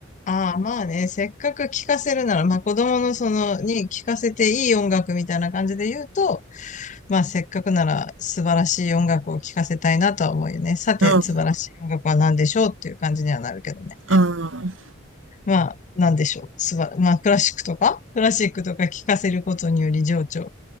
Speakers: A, on the left (about 40°); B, on the right (about 65°).
A: ああ、まあね、せっかく聴かせるなら、まあ子供のその、に聴かせていい音楽みたいな感じで言うと、まあ、せっかくなら素晴らしい音楽を聴かせたいなとは思うよね。さて、
B: うん。
A: 素晴らしい音楽は何でしょうっていう感じにはなるけどね。
B: うん。
A: まあ、何でしょう。すば、まあ、クラシックとかクラシックとか聴かせることにより情緒、